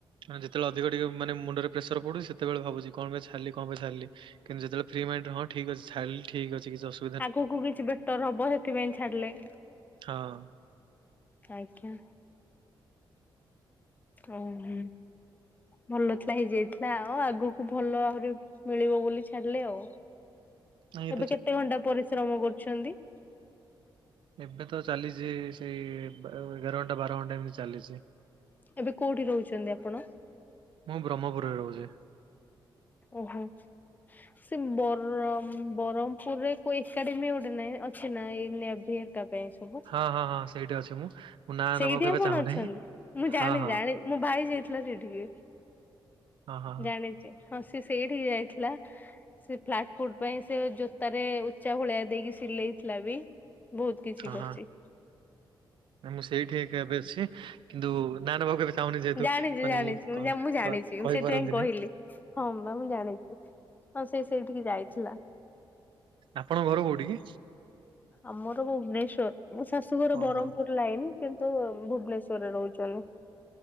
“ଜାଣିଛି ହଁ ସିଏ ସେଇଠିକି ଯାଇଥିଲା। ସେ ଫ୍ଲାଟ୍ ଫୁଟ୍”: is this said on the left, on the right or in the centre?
Left